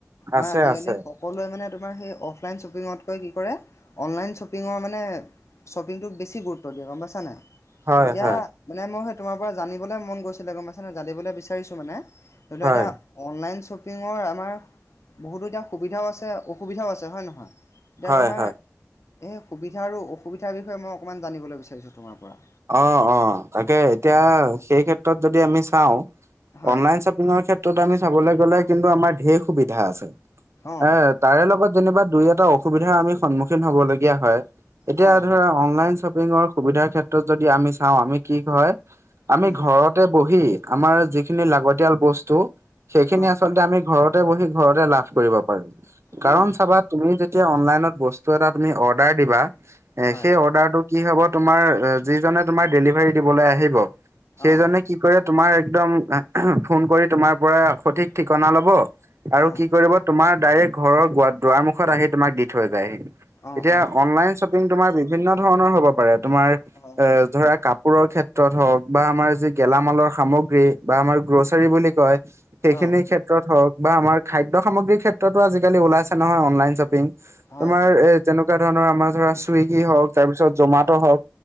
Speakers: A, on the right; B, on the left.
A: আছে
B: মই আজিকালি
A: আছে
B: স সকলোৱে মানে তোমাৰ সেই অফলাইন শ্বপিঙতকৈ, কি কৰে অনলাইন শ্বপিঙৰ, মানে শ্বপিংটোক বেছি গুৰুত্ব দিয়ে গ'ম পাইছা নাই?
A: হয়
B: এতিয়া
A: হয়
B: মানে মই সেই তোমাৰ পৰা জানিবলৈ মন গৈছিলে গ'ম পাইছেনে জানিবলৈ বিচাৰিছো মানে ধৰিলোৱা
A: হয়।
B: এতিয়া অনলাইন শ্বপিঙৰ আমাৰ বহুতো এতিয়া সুবিধাও আছে অসুবিধাও আছে হয় নহয়? এতিয়া
A: হয়
B: তোমাৰ
A: হয়
B: সেই সুবিধা আৰু অসুবিধাৰ বিষয়ে মই অকণমান জানিবলৈ বিচাৰিছোঁ তোমাৰ পৰা?
A: অঁ, অঁ, তাকে এতিয়া
B: অঁ
A: সেই ক্ষেত্ৰত যদি আমি চাওঁ,
B: হয়
A: অনলাইন- শ্বপিঙৰ ক্ষেত্ৰত আমি চাবলৈ গ'লে কিন্তু আমাৰ ঢেৰ সুবিধা আছে।
B: অঁ
A: এ- তাৰে লগত দুই এটা অসুবিধাৰ আমি সন্মুখীন হ'ব লগা হয়, এতিয়া
B: হয়
A: ধৰা
B: হয়
A: অনলাইন শ্বপিঙ পিঙৰ সুবিধাৰ ক্ষেত্ৰত যদি আমি চাওঁ, আমি কি কয় আমি
B: উম
A: ঘৰতে বহি আমাৰ যিখিনি লাগতিয়াল বস্তু, সেইখিনি
B: অঁ
A: আচলতে আমি ঘৰত ঘৰতে বহি ঘৰতে লাভ কৰিব পাৰো। কাৰণ
B: উম,
A: চাবা তুমি যেতিয়া অনলাইনত বস্তু এটা তুমি অৰ্ডাৰ দিবা, এ
B: হয়,
A: সেই অৰ্ডাৰটোত কি হ'ব তোমাৰ যিজনে তোমাৰ ডেলিভাৰী দিবলৈ আহিব, সেইজনে
B: অ',
A: কি কৰে তোমাৰ একদম ফোন কৰি তোমাৰ পৰা সঠিক ঠিকনা ল'ব। আৰু
B: অ',
A: কি কৰিব তোমাৰ ডাইৰেক্ট ঘৰৰ দুৱাৰ মুখত আহি তোমাক দি থৈ যায়হি।
B: অ',
A: এতিয়া
B: অ',
A: অনলাইন শ্বপিং তোমাৰ বিভিন্ন ধৰণৰ হ'ব পাৰে, তোমাৰ
B: হয়,
A: এ
B: হয়,
A: ধৰা কাপোৰ পোৰৰ ক্ষেত্ৰত হওঁক বা আমাৰ যি গেলামালৰ সামগ্ৰী বা আমাৰ গ্ৰ'ছাৰী
B: উম,
A: বুলি কয়, সেইখিনি
B: অ',
A: ক্ষেত্ৰ ত্ৰত হওঁক, বা আমাৰ খাদ্য সামগ্ৰীৰ ক্ষেত্ৰতো আজিকালি ওলাইছে নহয় অনলাইন শ্বপিং,
B: হয়,
A: তোমাৰ
B: হয়,
A: এ যেনেকুৱা ধৰণৰ আমাৰ ধৰা চুইগি হওঁক তাৰপিছত জমাত হওঁক,